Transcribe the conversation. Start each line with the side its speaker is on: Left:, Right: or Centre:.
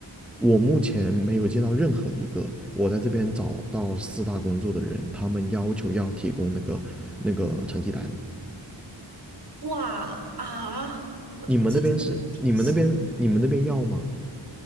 Centre: 我目前没有见到任何一个我在这边找到四大工作的人，他们要求要提供那个那个成绩单
Right: 哇啊，
Centre: 你们那边是？
Right: 这真的还挺新的
Centre: 你们那边你们那边要吗？